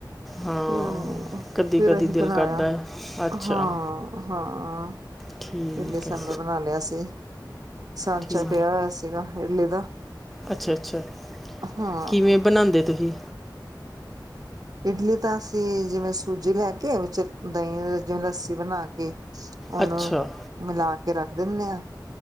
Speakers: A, in the centre; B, on the right.
A: ਹਾਂ
B: ਹ
A: ਕਦੀ
B: ਫਿਰ
A: ਕਦੀ
B: ਅਸੀਂ
A: ਦਿਲ
B: ਬਨਾਇਆ
A: ਕਰਦਾ ਹੈ ਅੱਛਾ
B: ਹਾਂ-ਹਾਂ
A: ਠੀਕ
B: ਇਡਲੀ ਸਾਂਬਰ
A: ਹੈ
B: ਬਨਾ ਲਿਆ ਸੀ ਸਾਂਚਾ
A: ਠੀਕ
B: ਪਿਆ ਹੋਇਆ ਸੀਗਾ ਇਡਲੀ ਦਾ
A: ਅੱਛਾ-ਅੱਛਾ
B: ਹਾਂ
A: ਕਿਵੇਂ ਬਨਾੰਦੇ ਤੁਹੀ
B: ਇਡਲੀ ਤਾਂ ਅਸੀਂ ਜਿਵੇਂ ਸੂਜੀ ਲੈ ਕੇ ਵਿੱਚ ਦਹੀਂ ਜਿਵੇਂ ਲੱਸੀ ਬਨਾ ਕੇ ਉਹਨੂੰ
A: ਅੱਛਾ
B: ਮਿਲਾ ਕੇ ਰੱਖ ਦਿਨੇ ਆ